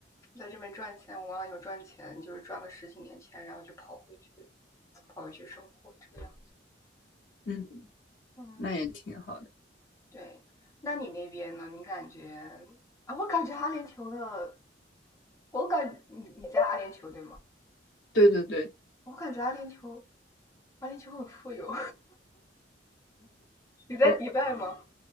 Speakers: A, on the left; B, on the left.
A: 在这边赚钱，我往往有赚钱，就是赚个十几年钱，然后就跑回去，跑回去生活这个样。
B: 嗯，
A: 嗯，
B: 那也挺好的。
A: 对。那你那边呢？你感觉啊？我感觉阿联酋的，我感你你在阿联酋对吗？
B: 对对对，
A: 我感觉阿联酋，阿联酋很富有。<laughs> 你在迪拜吗？
B: 我